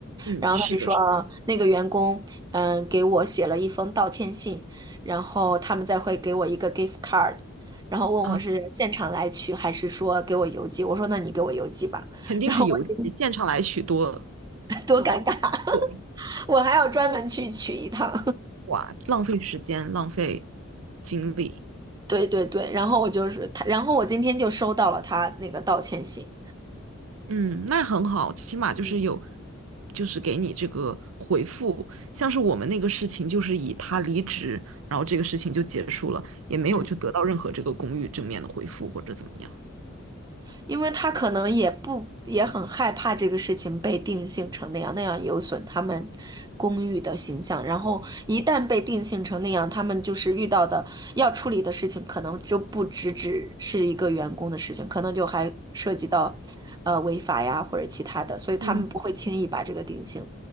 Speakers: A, on the right (about 80°); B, on the right (about 20°).
A: 嗯，
B: 然后他就说，
A: 是的，是
B: 啊，那个员工，嗯，给我写了一封道歉信，然后他们再会给我一个 gift card，然后问我是现场来取还是说给我邮寄，
A: 啊，
B: 我说那你给我邮寄吧，
A: 肯定是邮寄，
B: <laughs> 然后我觉得
A: 现场来许多，
B: <laughs> 多尴尬，
A: 对，
B: 我还要专门去取一趟。
A: 哇，浪费时间，浪费精力。
B: 对对对，然后我就是他，然后我今天就收到了他那个道歉信，
A: 嗯，那很好，起码就是有，
B: 嗯
A: 就是给你这个回复。像是我们那个事情，就是以他离职，然后这个事情就结束了，也没有就得到任何这个公寓正面的回复或者怎么样。
B: 嗯因为他可能也不也很害怕这个事情被定性成那样，那样有损他们公寓的形象，然后一旦被定性成那样，他们就是遇到的要处理的事情，可能就不只只是一个员工的事情，可能就还涉及到呃违法呀或者其他的，所以他们不会轻易把这个定性。
A: 嗯，